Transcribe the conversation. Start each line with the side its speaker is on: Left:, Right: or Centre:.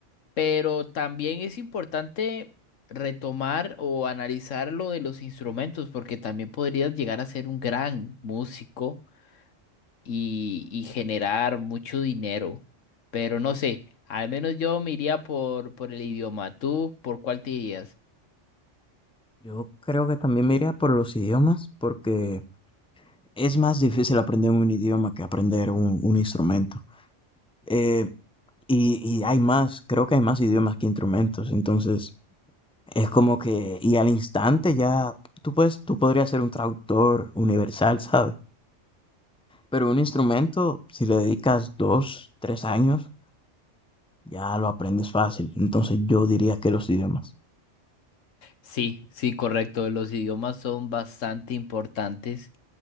Left: Pero también es importante retomar o analizar lo de los instrumentos, porque también podrías llegar a ser un gran músico y, y generar mucho dinero. Pero no sé, al menos yo me iría por, por el idioma. ¿Tú por cuál te irías?
Centre: Yo creo que también me iría por los idiomas porque es más difícil aprender un idioma que aprender un, un instrumento. Eh, y, y hay más, creo que hay más idiomas que instrumentos. Entonces, Es como que, y al instante ya, tú puedes, tú podrías ser un traductor universal, ¿sabes? Pero un instrumento, si le dedicas dos, tres años, ya lo aprendes fácil. Entonces yo diría que los idiomas.
Left: Sí, sí, correcto. Los idiomas son bastante importantes